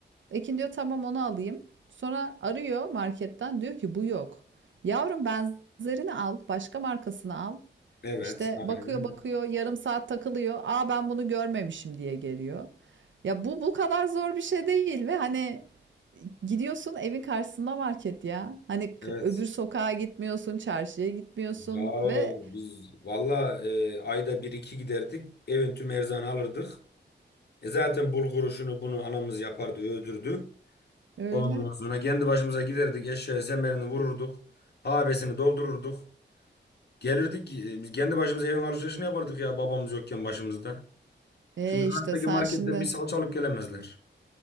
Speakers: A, on the right; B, on the left.
A: Ekin diyor tamam onu alayım. Sonra arıyor marketten diyor ki bu yok. Yavrum benzerini al, başka markasını al.
B: Evet,
A: İşte
B: aynen
A: bakıyor
B: öyle.
A: bakıyor yarım saat takılıyor. Aa ben bunu görmemişim diye geliyor. Ya bu bu kadar zor bir şey değil ve hani gidiyorsun evin karşısında market ya. Hani k-
B: Evet.
A: öbür sokağa gitmiyorsun, çarşıya gitmiyorsun
B: Ya
A: ve
B: biz valla e, ayda bir iki giderdik. Evin tüm erzağını alırdık. E zaten bulguru şunu bunu anamız yapardı, öldürdü.
A: öyle.
B: Ondan sonra kendi başımıza giderdik. Eşeğe semerini vururduk. Habesini doldururduk. Gelirdik. e, biz kendi başımıza evin alışverişini yapardık ya babamız yokken başımızda.
A: E
B: Şimdi karşıdaki
A: işte sen
B: marketten
A: şimdi
B: bir salça alıp gelemezler.